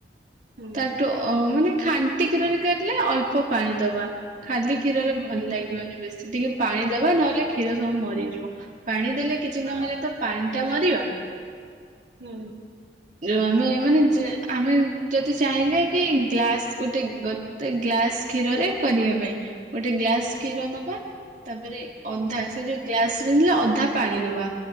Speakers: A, on the right; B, on the right.
A: ହୁଁ
B: ତାଠୁ ଅ ମାନେ ଖାନ୍ତି କ୍ଷୀରରେ କରିଲେ ଅଳ୍ପ ପାଣି ଦବା ଖାଲି କ୍ଷୀରରେ ଭଲ
A: ହୁଁ
B: ଲାଗିବନି ବେଶୀ ଟିକେ ପାଣି ଦବା ନହେଲେ କ୍ଷୀର ସବୁ ମରିଯିବ ପାଣି ଦେଲେ କିଛି ନହେଲେ ତ ପାଣି ଟା ମରିବା
A: ହୁଁ
B: ଯୋଉ ଆମେ ମାନେ ଆମେ ଯଦି ଚାହିଁଲେ କି ଗ୍ଲାସ ଗୋଟେ ଗୋଟେ ଗ୍ଲାସ୍ କ୍ଷୀରରେ କରିବା ପାଇଁ ଗୋଟେ ଗ୍ଲାସ୍ କ୍ଷୀର ନବା ତାପରେ ଅଧା
A: ହୁଁ
B: ସେ ଯୋଉ ଗ୍ଲାସ ଅଧା ପାଣି ନବା